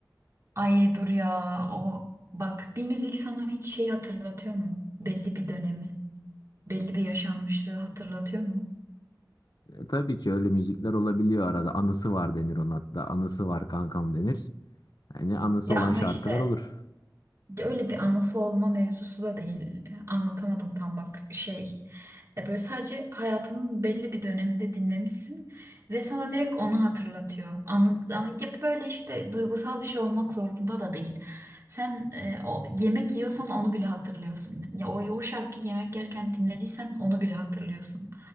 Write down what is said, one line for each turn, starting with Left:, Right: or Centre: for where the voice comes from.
Right: Ay dur ya. O bak bir müzik sana hiç şey hatırlatıyor mu? Belli bir dönemi, belli bir yaşanmışlığı hatırlatıyor mu?
Left: E, tabii ki öyle müzikler olabiliyor arada anısı var denir ona hatta anısı var kankam denir. Yani anısı
Right: Ya
Left: olan
Right: ama
Left: şarkılar
Right: işte
Left: olur.
Right: de Öyle bir anası olma mevzusu da değil. Anlatamadım tam bak şey. E, Böyle sadece hayatının belli bir döneminde dinlemişsin ve sana direkt onu hatırlatıyor. Anladığın gibi böyle işte duygusal bir şey olmak zorunda da değil. Sen e, o yemek yiyorsan onu bile hatırlıyorsun. Ya o, o şarkıyı yemek yerken dinlediysen onu bile hatırlıyorsun.